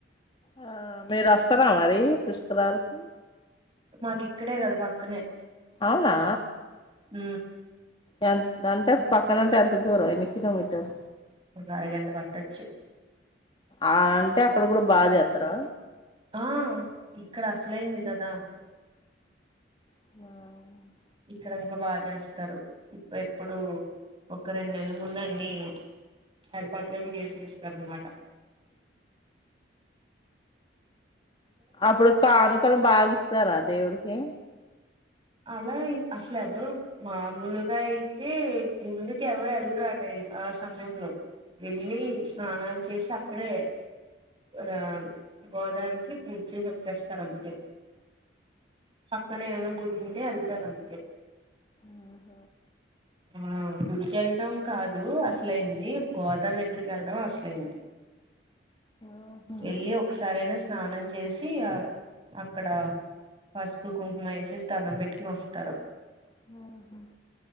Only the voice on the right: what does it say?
మాకి ఇక్కడే కదా పక్కనే
ఊ
ఒక అరగంట పట్టొచ్చు
ఆ ఇక్కడ అసలైంది కదా
ఇక్కడ ఇంక బాగ చేస్తారు ఇప్పు ఎప్పుడు ఒక రెండు నెలల ముంద అన్ని తడపాటలోలను చేస్ వస్తరనమాట
అలా అసలు ఎవరు మామూల్గా అయితే గుండుకి ఎవరు ఎల్లరాటయి ఆ సమయంలో వెల్లి స్నానాలు చేసి అక్కడే ఆ గోదావరి కి పూజ్ చేసి వచ్చేస్తారు. అంటే పక్కనే ఏమనా గుడి ఉంటే వెళ్త రండి
ఆ గుడికిెళ్ళడం కాదు అసలైంది గోదావరి దగ్గరికి వెళ్ళడం అసలైంది
వెళ్ళి ఒకసారైన స్నానం చేసి ఆ అక్కడ పసుపు కుంకుమ వేసెసి దండం పెట్టుకుని వస్తారు